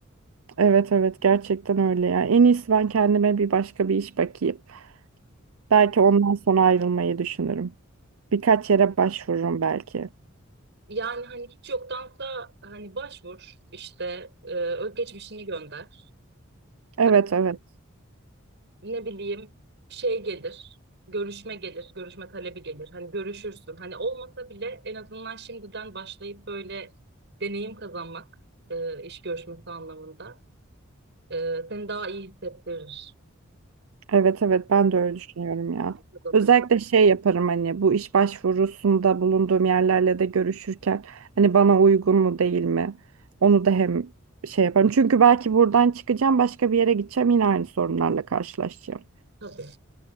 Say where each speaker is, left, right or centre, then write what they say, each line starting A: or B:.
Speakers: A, on the right; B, on the right.
A: Evet evet gerçekten öyle ya. En iyisi ben kendime bir başka bir iş bakayım. Belki ondan sonra ayrılmayı düşünürüm. Birkaç yere başvururum belki.
B: Yani hani hiç yoktansa hani başvur işte e, özgeçmişini gönder.
A: Evet
B: E,
A: evet.
B: ne bileyim şey gelir, görüşme gelir, görüşme talebi gelir. Hani görüşürsün. Hani olmasa bile en azından şimdiden başlayıp böyle deneyim kazanmak e, iş görüşmesi anlamında e, seni daha iyi hissettirir.
A: Evet evet ben de öyle düşünüyorum ya.
B: Kazanır.
A: Özellikle şey yaparım hani bu iş başvurusunda bulunduğum yerlerle de görüşürken hani bana uygun mu değil mi? Onu da hem şey yaparım. Çünkü belki buradan çıkacağım başka bir yere gideceğim yine aynı sorunlarla karşılaşacağım.
B: Tabii.